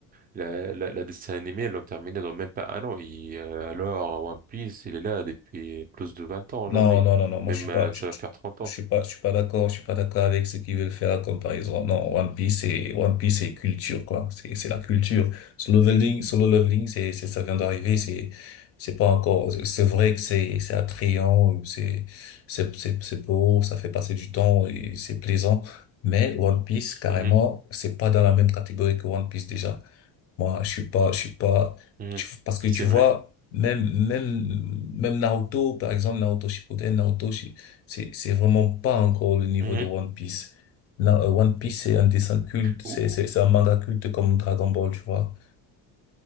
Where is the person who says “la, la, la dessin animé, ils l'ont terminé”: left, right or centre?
Right